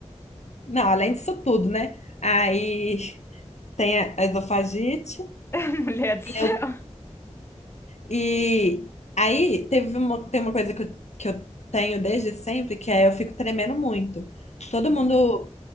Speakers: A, on the left; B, on the left.
A: Não, além disso tudo, né? Aí <laughs> tem a a esofagite
B: <laughs> Mulher do céu.
A: e eu e aí teve uma, tem uma coisa que eu, que eu tenho desde sempre, que é eu fico tremendo muito. Todo
B: Uhum.
A: mundo,